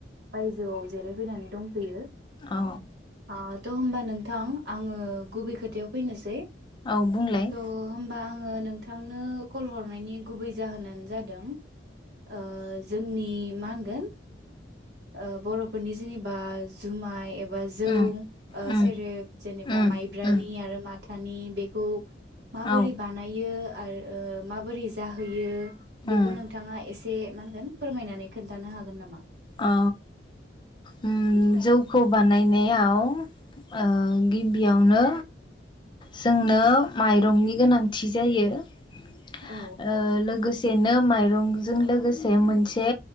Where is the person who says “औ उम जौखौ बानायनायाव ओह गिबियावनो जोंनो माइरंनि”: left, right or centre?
Left